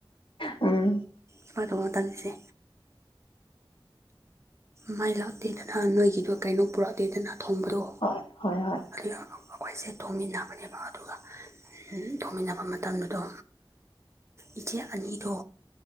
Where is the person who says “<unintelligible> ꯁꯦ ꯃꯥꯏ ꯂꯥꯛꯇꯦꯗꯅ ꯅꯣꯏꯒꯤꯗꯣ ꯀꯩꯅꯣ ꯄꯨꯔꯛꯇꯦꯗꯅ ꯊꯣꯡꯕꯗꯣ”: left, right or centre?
Right